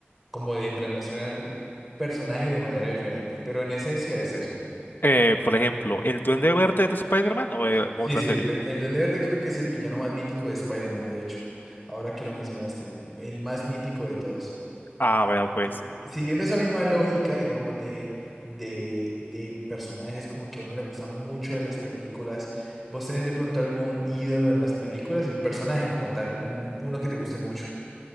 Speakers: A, in the centre; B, on the left.
A: como de planeación al personaje de manera diferente, pero en esencia es eso.
B: Eh, por ejemplo, ¿el Duende Verde de Spider-Man o de
A: Sí,
B: otra
A: sí,
B: serie?
A: el, duen- el Duende Verde creo que es el villano más mítico de Spider-Man, de hecho, ahora que lo mencionaste, el más mítico de todos.
B: Ah, bueno, pues.
A: Eh, Siguiendo esa misma lógica, digamos, de, de, de personajes como que a uno le gustan mucho de las películas, ¿vos tenés de pronto algún ídolo en las películas, el personaje como tal, un- uno que te guste mucho?